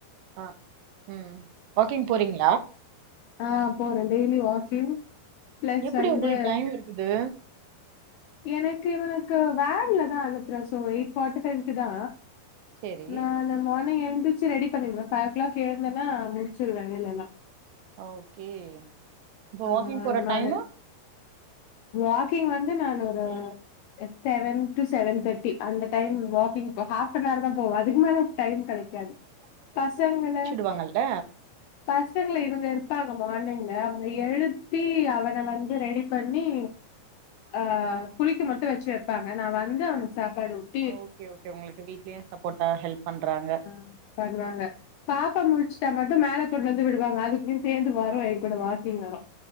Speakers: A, on the right; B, on the left.
A: ஆ ம் வாக்கிங் போறீங்க
B: ஆ போற டெய்லி வாக்கிங் பிளஸ்
A: எப்டி
B: வந்து
A: உங்களுக்கு டைம் இருக்குது
B: எனக்கு இவனுக்கு வேன்ல தா அனுப்பற சோ எயிட் ஃபார்ட்டி ஃபைவ்க்கு தா
A: சேரி
B: நா நான் மார்னிங் எழுந்துச்சு ரெடி பண்ணிடுவ ஃபைவ் ஓ கிளாக் எழுந்தன்னா முடிச்சிருவ வேலலா
A: ஓகே இப்போ
B: ஆ
A: வாக்கிங் போற
B: அந்த மாதிரி
A: டைமு
B: வாக்கிங் வந்து நானு ஒரு செவன் டு செவன் தர்ட்டி அந்த time walking half an hour தா போவ அதுக்க மேல டைம் கெடைக்காது பசங்கள
A: விப்பாங்கள்ல
B: பசங்கள இவங்க இருப்பாங்க மார்னிங்ல அவங்கள எழுப்பி அவன வந்து ரெடிப் பண்ணி ஆ குளிக்க மட்டு வச்சு வைப்பாங்க நா வந்து அவனுக்கு சாப்பாடு ஊட்
A: ஓகே ஓகே உங்களுக்கு வீட்லயு சப்போர்டா ஹெல்ப் பண்றாங்க
B: ஆ பண்ணுவாங்க பாப்பா முடிச்சுட்டா மட் மேல கொண்டுவந்து விடுவாங்க அதுகளு சேர்ந்து வரு எய கூட வாக்கிங் வரு